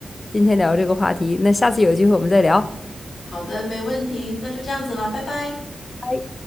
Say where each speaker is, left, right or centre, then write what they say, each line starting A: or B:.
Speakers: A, on the left (about 35°); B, on the left (about 80°).
A: 今天聊这个话题，那下次有机会我们再聊。
B: 好的，没问题，那就这样子啦，拜拜。
A: 拜